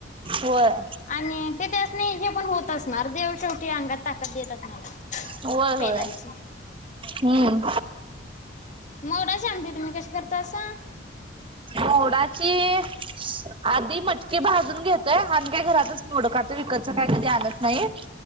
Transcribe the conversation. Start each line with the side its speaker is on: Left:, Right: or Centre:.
Right: वर
Left: आणि तेथ अस नाही हे पण होत असणार देव शेवटी ते अंगात ताकद देत असणार
Right: होय
Left: पेलायची
Right: होय हम्म
Left: मोडा शमती तुम्ही कशी करता असा
Right: मोडाची आधी मटकीे भाजून घेतं आज काय घरातच मोडं काढतोय, विकतच काय? कधी आणतं नाही.